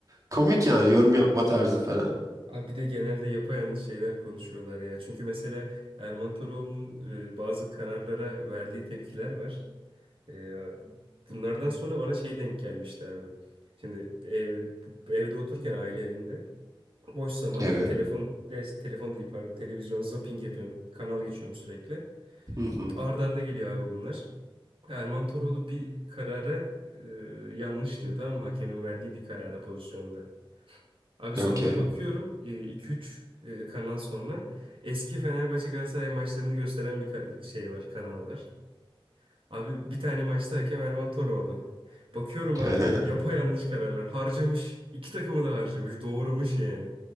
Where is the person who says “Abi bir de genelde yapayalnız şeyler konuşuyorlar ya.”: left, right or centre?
Right